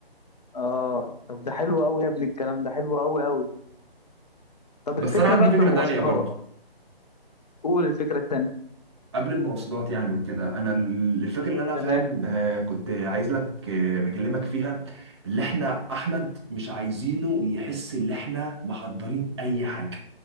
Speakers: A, on the left; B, on the right.
A: اه طب ده حلو قوي يا ابني الكلام ده حلو قوي قوي طب
B: بس
A: الفكره
B: انا عندي
A: بقى
B: فكره
A: في المواصلات
B: تانية برضو
A: قول الفكره التانيه
B: قبل المواصلات يعني وكده انا الفكره اللي انا
A: تمام
B: فاهم آه، كنت عايز لك آه، بكلمك فيها اللي احنا احمد مش عايزينه يحس ان احنا محضرين اي حاجه